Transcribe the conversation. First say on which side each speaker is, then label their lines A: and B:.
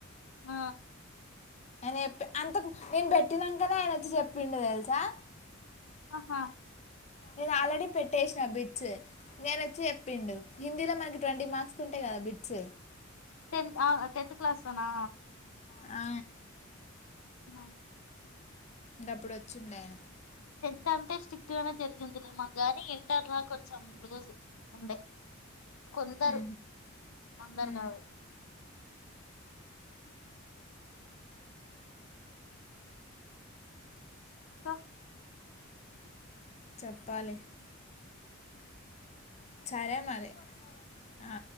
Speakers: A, on the left; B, on the left.
A: ఆ
B: అని చెప్పి అంత నేను పెట్టినాకనే ఆయన వచ్చి చెప్పిండడు తెలుసా
A: ఆహా
B: నేను ఆల్రెడీ పెట్టేసిన బిట్స్ నేను వచ్చి చెప్పిండు హిందీలో మంచి ట్వంటీ మార్క్స్ ఉంటాయి కదా బిట్స్
A: టెన్ టెన్త్్ క్లాస్ అనా
B: ఆ
A: ఆ
B: ఇంకప్పుడు వచ్చిండే ఆయన
A: ఇంత అంటే స్ట్రిక్ట్ గానే జరిగింది గాని ఇంటర్లో కొంచెం రోజు ఉండే కొందరు
B: హు
A: అందరు
B: హూ
A: కాదు ఇంకా
B: చెప్పాలి సరే మరి ఆ